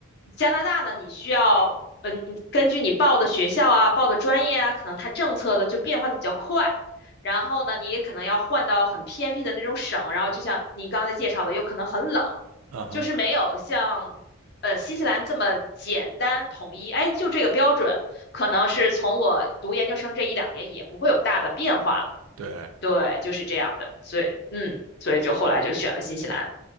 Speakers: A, on the left (about 50°); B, on the right (about 85°).
A: 加拿大呢，你需要，嗯、你根据你报的学校啊、报的专业啊，可能它政策的就变化的比较快。然后呢，你也可能要换到很偏僻的那种省，然后就像你刚才介绍的，有可能很冷，
B: 嗯哼，
A: 就是没有像呃新西兰这么简单统一。哎，就这个标准，可能是从我读研究生这一两年也不会有大的变化了。
B: 对。
A: 对，就是这样的，所以嗯，所以就后来就选了新西兰。